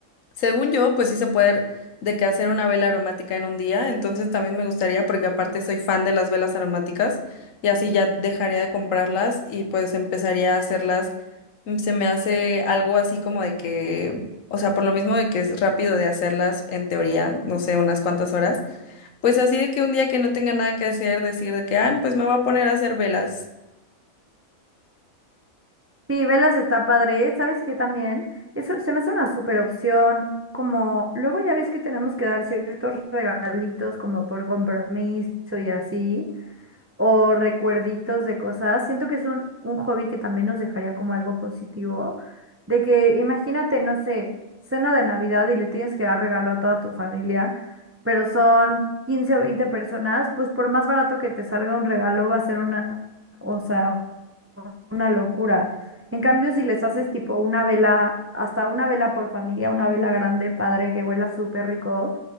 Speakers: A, on the left (about 70°); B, on the right (about 20°).
A: según yo, pues sí se puede de que hacer una vela aromática en un día, entonces también me gustaría porque aparte soy fan de las velas aromáticas y así ya dejaría de comprarlas y pues empezaría a hacerlas. Mm, Se me hace algo así como de que, o sea, por lo mismo de que es rápido de hacerlas en teoría, no sé, unas cuantas horas. Pues así de que un día que no tenga nada que hacer, decir de que, ah, pues me voy a poner a hacer velas.
B: Sí, velas está padre. ¿Sabes qué también? Eso se me hace una super opción. Como luego ya ves que tenemos que dar ciertos regalitos como por compromiso y así. o recuerditos de cosas. Siento que es un, un hobby que también nos dejaría como algo positivo, de que imagínate, no sé, cena de Navidad y le tienes que dar regalo a toda tu familia, pero son 15 o 20 personas, pues por más barato que te salga un regalo va a ser una, o sea, una locura. En cambio, si les haces tipo una vela, hasta una vela por familia, una vela grande, padre, que huela súper rico